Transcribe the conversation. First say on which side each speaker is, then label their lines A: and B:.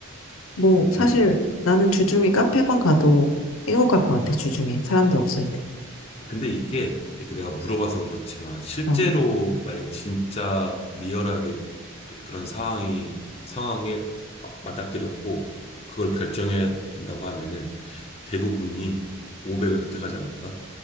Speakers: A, on the left (about 70°); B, on the left (about 30°).
A: 뭐 사실
B: 음.
A: 나는 주중에 카페만 가도 행복할 것 같아
B: 음.
A: 주중에 사람들 없을 때
B: 근데 이게 이렇게 내가 물어봐서 그렇지만 실제로
A: 어,
B: 만약에 진짜 리얼하게 그, 런 상황이 상황에 막 맞닥뜨렸고 그걸 결정해야 된다고 하면은 대부분이 500을 선택하지 않을까?